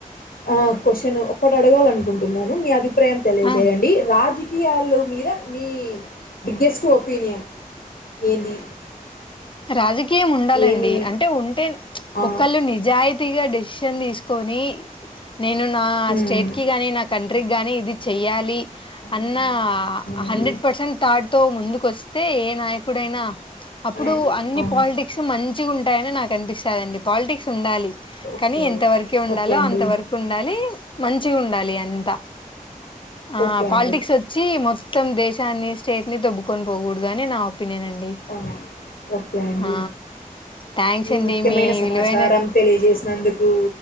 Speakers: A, on the left; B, on the left.
A: ఆ క్వశ్చన్ ఒక్కటి అడగాలనుకుంటున్నాను మీ అభి అభిప్రాయం తెలియజేయండి
B: ఆ
A: రాజకీయాల మీద మీ బిగ్గెస్ట్ ఒపీనియన్ ఏంది
B: రాజకీయం ఉండాలండి
A: ఏమి
B: అంటే ఉంటే
A: ఆ
B: ఒకళ్ళు నిజాయితీ గట్టి గ డిసిషన్ తీసుకొని నేను నా
A: ఉమ్
B: స్టేట్ కి గాని నా కంట్రీకి గాని ఇది చెయ్యాలి
A: అవునండి
B: అన్న
A: అవునండి
B: హండ్రెడ్ పర్సెంట్ థాట్ తో ముందుకు వస్తే ఏ నాయకుడైనా అప్పుడు
A: ఆయన
B: అన్ని
A: ఆ
B: పాలిటిక్స్ మంచి గుం టాయని నాకు అనిపిస్తాదండి పాలిటిక్స్ ఉండాలి
A: ఓకే
B: కానీ ఎంత వరకే ఉండాలో
A: ఓకే అండి
B: అంత వరకు ఉండాలి మంచిగా ఉండాలి అ అంత ఆ
A: ఓకే
B: పాలిటిక్స్
A: అండి
B: వచ్చి మొ త్తం దేశాన్ని స్టేట్ ని దొబ్బుకొని పోకూడదని నా ఒపీనియన్ అండి
A: అవునా ఓకే అండి
B: ఆ థ్యాంక్స్
A: మీ
B: అండి
A: ముఖ్యమైన సమాచారం
B: విలువైన
A: తెలియజేసినందుకు